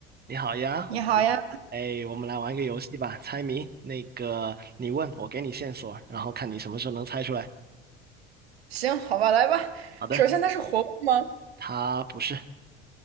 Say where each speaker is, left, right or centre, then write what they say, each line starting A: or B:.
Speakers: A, on the right; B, on the right.
A: 你好呀，我们哎，
B: 你好呀，
A: 我们来玩一个游戏吧，猜谜。那个，你问我，给你线索，然后看你什么时候能猜出来。
B: 行，好吧，来吧。
A: 好的，
B: 首先，它是活物吗？
A: 它不是，